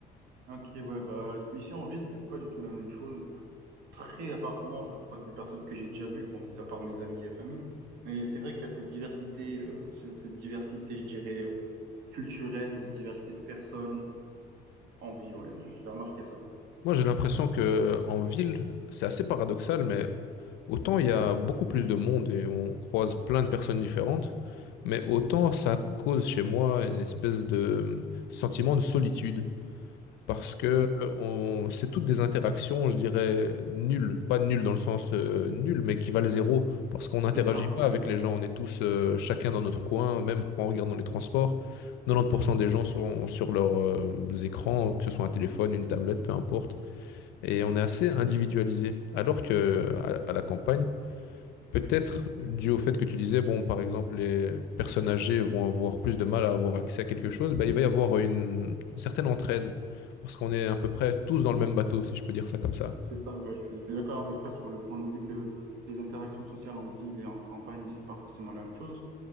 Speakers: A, on the right; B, on the left.
A: Ok, ouais, bah ici en ville, c'est pas du tout la même chose. Très rarement, je croise des personnes que j'ai déjà vues, bon, mis à part mes amis et famille. Mais c'est vrai qu'il y a cette diversité, euh, c'est- cette diversité, je dirais, euh, culturelle, cette diversité de personnes en ville, ouais, j'ai remarqué ça.
B: Moi, j'ai l'impression que en ville, c'est assez paradoxal, mais autant il y a beaucoup plus de monde et on croise plein de personnes différentes, mais autant ça cause chez moi une espèce de hum, sentiment de solitude. Parce que
A: Mm.
B: euh, on... c'est toutes des interactions, je dirais, nulles. Pas nulles dans le sens euh, nul, mais qui valent zéro. Parce qu'on n'interagit
A: C'est ça, ouais.
B: pas avec les gens. On est tous euh, chacun dans notre coin, même quand on regarde dans les transports. 90% des gens sont sur leurs euh, écrans, que ce soit un téléphone, une tablette, peu importe et on est assez individualisé. Alors que à, à la campagne, peut-être dû au fait que tu disais, bon, par exemple, les personnes âgées vont avoir plus de mal à avoir accès à quelque chose, bah, il va y avoir une, une certaine entraide parce qu'on est à peu près tous dans le même bateau, si je peux dire ça comme ça.
A: c'est ça, ouais, je suis, je suis d'accord avec toi sur le point de vue que les interactions sociales en ville et en campagne, c'est pas forcément la même chose.